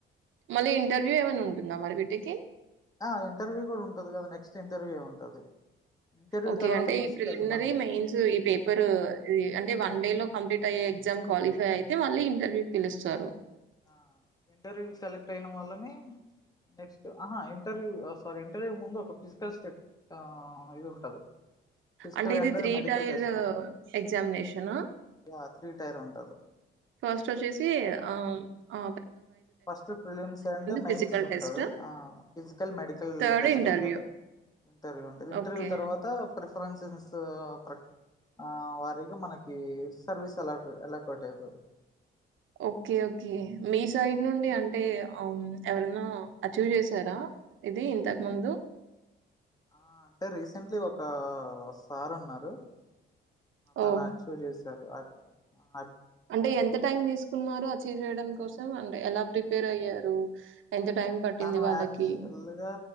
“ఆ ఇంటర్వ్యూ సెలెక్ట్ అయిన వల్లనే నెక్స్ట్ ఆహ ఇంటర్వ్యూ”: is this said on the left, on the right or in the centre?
Left